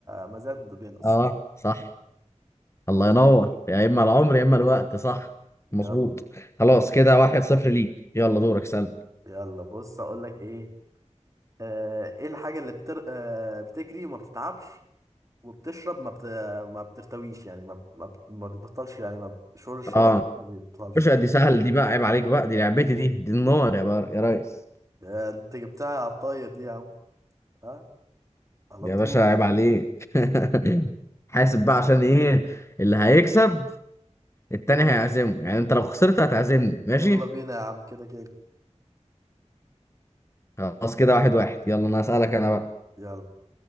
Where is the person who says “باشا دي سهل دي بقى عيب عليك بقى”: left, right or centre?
Left